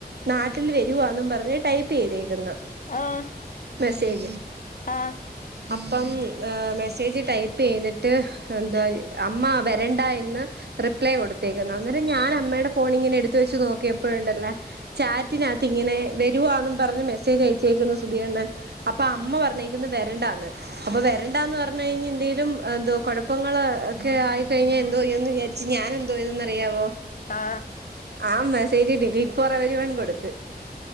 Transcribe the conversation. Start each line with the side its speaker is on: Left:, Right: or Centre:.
Right: നാട്ടിൽ വരുവാെന്നും പറഞ്ഞ് ടൈപ്പ് ചെയ്തേക്കുന്നു
Left: ആഹ്
Right: മെസേജ്
Left: ആഹ്
Right: അപ്പം മെസ്സേജ് ടൈപ്പ് ചെയ്തി ട്ട് എന്താ അമ്മ വരണ്ട എന്ന് റിപ്ലൈ കൊടുത്തേക്കുന്ന അന്നേരം ഞാൻ അമ്മയുടെ ഫോൺ ഇങ്ങനെ എടുത്ത വെച്ച് നോക്കിയപ്പോഴുണ്ടല്ലേ ചാറ്റിനകത്ത് ഇങ്ങനെ വരുവാന്ന് പറഞ് മെസ്സേജ് അയച്ചേക്കുന്നു സുധി അണ്ണൻ അപ്പൊ അമ്മ പറഞ്ഞേക്കുന്നത് വരണ്ട അപ്പൊ വരണ്ടന്ന് പറ പറഞ്ഞു കഴിഞ്ഞാൽ എന്തേലും എ തോ കുഴപ്പങ്ങള് ഒക്കെ ആയിക്കഴിഞ്ഞാൽ എന്തോ ചെയ്യും എന്ന് വിചാരിച്ച് ഞാൻ എന്തോ ചെയ്‌തന്നു അറിയാവോ
Left: ആഹ്
Right: ആ message delete for everyone കൊടുത്തു ട്ട്